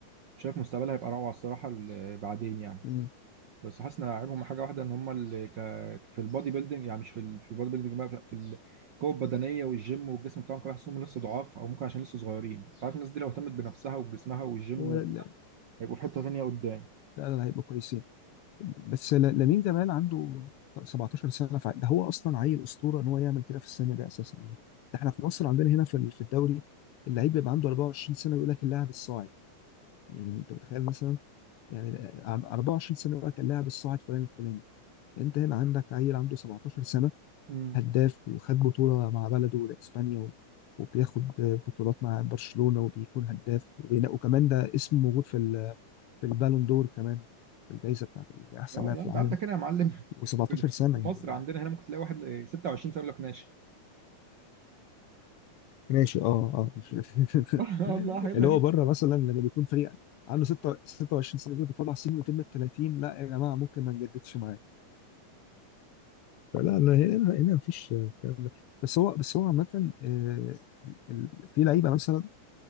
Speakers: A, on the right; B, on the left.
A: شايف مستقبلها هيبقى روعه الصراحه ال- بعدين يعني
B: مم.
A: بس حاسس ان عيبهم حاجه واحده ان هم اللي ك... في البادي بيلدينج يعني مش في ال... في البادي بيلدينج بقى في القوه البدنيه والجيم والجسم بتاعهم كده حاسسهم لسه ضعاف او ممكن عشان لسه صغيرين انت عارف الناس دي لو اهتمت بنفسها وجسمها والجيم
B: هو
A: و...
B: لا
A: هيبقوا في حته ثانيه قدام
B: لا لا هيبقوا كويسين بس ل- لامين جمال عنده 17 سنة فع- ده هو أصلا عيل أسطورة إن هو يعمل كده في السن ده أساسا يعني ده احنا في مصر عندنا هنا في ال- في الدوري اللعيب بيبقى عنده 24 سنة ويقول لك اللاعب الصاعد يعني أنت متخيل مثلا يعني 24 سنة يقول لك اللاعب الصاعد فلان الفلاني أنت هنا عندك عيل عنده 17 سنة
A: امم
B: هداف وخد بطولة مع بلده لإسبانيا و- وبياخد بطولات مع برشلونة وبيكون هداف وبينا- وكمان ده اسمه موجود في ال- في البالون دور كمان في الجائزة بتاعت أحسن
A: اه
B: لاعب
A: لا
B: في
A: انت
B: العالم
A: عندك هنا يا معلم <laughs>
B: و17 سنة
A: في
B: يعني
A: مصر
B: ده
A: عندنا هنا ممكن تلاقي واحد 26 سنه يقول لك ناشئ
B: ماشي اه اه مش- <laughs>
A: <laughs> والله حاجات
B: اللي
A: غريبة
B: هو بره مثلا لما بيكون فريق عنده 6 26 سنة بيقول ده طلع سنه يتم ال 30 لا يا جماعة ممكن ما نجددش معاه فلا أنا هنا هنا مفيش كلام. بس هو بس هو عامة آه، ال- ال- في لعيبة مثلا